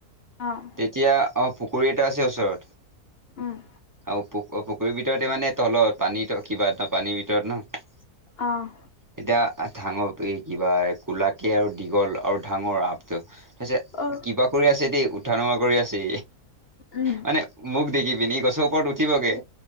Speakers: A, on the left; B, on the right.
A: অ',
B: এতিয়া অ' পুখুৰী এটা আছে ওচৰত
A: উম',।
B: আৰু প' পুখুৰীৰ ভিতৰতে মানে তলত, পানী কিবা ন' পানীৰ ভিতৰত ন'
A: অ',
B: এতিয়া ডাঙৰ কি কিবা কোলাকে আৰু দীঘল আৰু ডাঙৰ সাপটো তি
A: অ
B: কিবা কৰি আছে দেই, উঠা নমা কৰি আছে
A: উম
B: মানে মোক দেখি পিনে গছৰ ওপৰত উঠিবগে,